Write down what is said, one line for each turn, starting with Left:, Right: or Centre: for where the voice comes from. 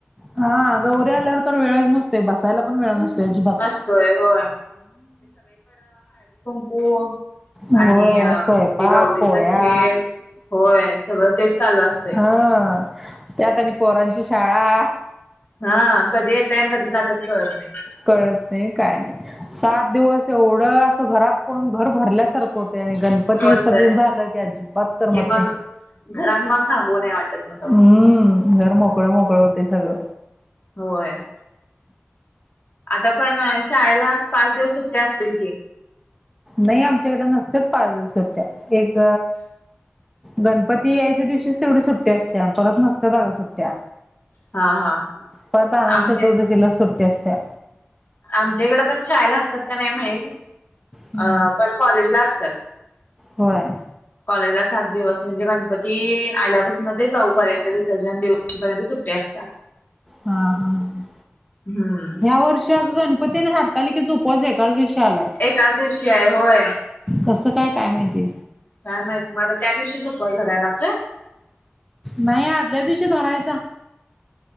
Centre: हा गौरी आल्यावर तर वेळच नसतोय बसाय. बसायला पण वेळ नसतोय अजिबात.
Left: नसतोय होय. होय.
Centre: होय
Left: आणि
Centre: स्वयंपाक
Left: ते गौरीच
Centre: पोळ्या
Left: खेळ होय, सगळं तेच चालू असतय.
Centre: हा त्यात आणि पोरांची शाळा.
Left: हा कधी येतय, कधी जातात कळत नाही.
Centre: कळत नाही, काय नाही सात दिवस एवढं असं घरात कोण घर भरल्या सारख होतेय आणि गणपती
Left: होतय
Centre: विसर्जन झालं की, अजिबात करमत
Left: कि मग
Centre: नाही.
Left: घरात मग थांबू नाही वाटत मग तव्हा.
Centre: हम्म घर मोकळं मोकळं होतय सगळ.
Left: होय. आता पण शाळेला पाच दिवस सुट्ट्या असतील की.
Centre: नाही, आमच्या कडे नसत्यात पाच दिव सुट्ट्या एक गणपती यायच्या दिवशीच तेवढी सुट्टी असत्या, परत नसत्यात अगं सुट्ट्या.
Left: हा हा
Centre: परत अनंत
Left: आमचे
Centre: चतुर्थीला सुट्टी असत्या.
Left: आमच्या कडे पण शाळेला असतात का नाही माहीत,
Centre: हम्म
Left: अ पण कॉलेजला असतात.
Centre: होय
Left: कॉलेजला सात दिवस म्हणजे गणपती आल्यापासून ते जाऊपर्यंत विसर्जन दिवशीपर्यंत सुट्टी असत
Centre: हा हां हां
Left: हम्म
Centre: ह्या वर्ष अगण प त्याने हरताली की च उपवास एकाच दिवशी आलाय
Left: एकाच दिवशी आहे होय
Centre: कसं काय काय माहिती
Left: काय माहिती मझला त्या दिवशीच उपयस घराय लागतोय
Centre: नाही आदल्या दिवशी धरायचा